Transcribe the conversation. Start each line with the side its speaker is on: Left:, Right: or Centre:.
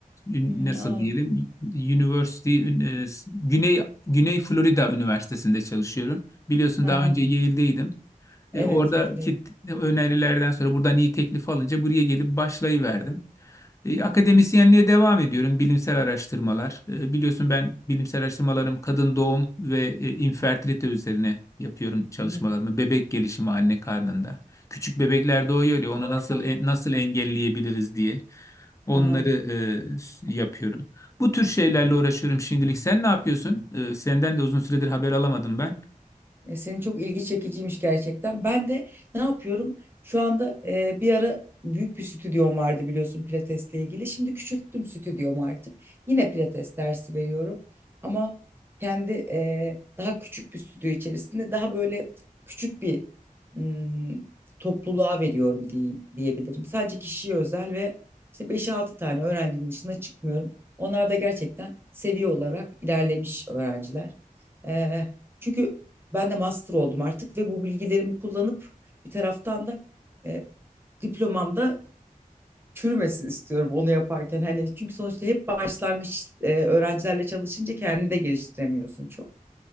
Left: Ün-
Right: Hı hı,
Left: Nasıl
Right: aa,
Left: diyelim? University ün- e, s- Güney Güney Florida Üniversitesi'nde çalışıyorum. Biliyorsun
Right: hı
Left: daha
Right: hı.
Left: önce Yale'deydim.
Right: Evet,
Left: E, oradaki
Right: Yale'de.
Left: t- önerilerden sonra buradan iyi teklif alınca buraya gelip başlayıverdim. E,
Right: Hı hı,
Left: Akademisyenliğe devam ediyorum. Bilimsel araştırmalar. E, Biliyorsun ben bilimsel araştırmalarım kadın doğum ve e, infertilite üzerine yapıyorum çalışmalarımı.
Right: hı hı,
Left: Bebek gelişimi anne karnında. Küçük bebekler doğuyor ya onu nasıl e, nasıl engelleyebiliriz diye onları
Right: hı hı.
Left: e, s- yapıyorum. Bu tür şeylerle uğraşıyorum şimdilik. Sen ne yapıyorsun? E, Senden de uzun süredir haber alamadım ben.
Right: E, Senin çok ilgi çekiciymiş gerçekten. Ben de ne yapıyorum? Şu anda e, bir ara büyük bir stüdyom vardı biliyorsun pilatesle ilgili. Şimdi küçülttüm stüdyomu artık. Yine pilates dersi veriyorum. Ama kendi e, daha küçük bir stüdyo içerisinde daha böyle küçük bir hmm, topluluğa veriyorum diye, diyebilirim. Sadece kişiye özel ve işte beş altı tane öğrencinin dışına çıkmıyorum. Onlar da gerçekten seviye olarak ilerlemiş öğrenciler. E, çünkü ben de master oldum artık ve bu bilgilerimi kullanıp bir taraftan da e, diplomamda çürümesin istiyorum onu yaparken. Hani çünkü sonuçta hep başlangıç e, öğrencilerle çalışınca kendini de geliştiremiyorsun çok.